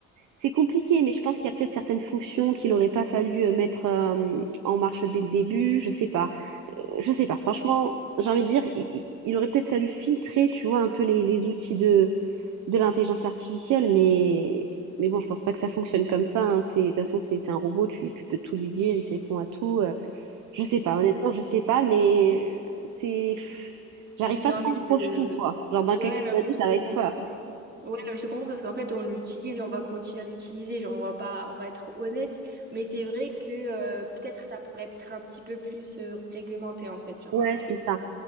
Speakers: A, on the right; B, on the right.
A: c'est compliqué, mais je pense qu'il y a peut-être certaines fonctions qu'il aurait pas fallu euh, mettre euh, en marche dès le début, je sais pas. Euh, je sais pas, franchement,
B: Ouais.
A: j'ai envie de dire, il, il- il aurait peut-être fallu filtrer, tu vois, un peu les, les outils de, de l'intelligence artificielle, mais, mais bon, je pense pas que ça fonctionne comme ça, hein. C'est, de toute façon, c'est c'est un robot, tu, tu peux tout lui dire, il te répond à tout. euh. je sais pas,
B: Oui.
A: honnêtement, je sais pas, mais c'est... pff, J'arrive
B: Non,
A: pas trop
B: mais
A: à me projeter,
B: c'est
A: quoi. Genre, dans
B: Ouais,
A: quelques
B: non,
A: années,
B: mais je
A: ça va
B: te
A: être
B: comprends.
A: quoi?
B: hein. Ouais, non, mais je te comprends parce qu'en fait, on l'utilise et on va continuer à l'utiliser. Genre, on va pas, on va être honnête. Mais c'est vrai que euh, peut-être ça pourrait être un petit peu plus euh, réglementé, en fait. Genre,
A: Ouais,
B: un petit
A: c'est
B: peu plus.
A: ça.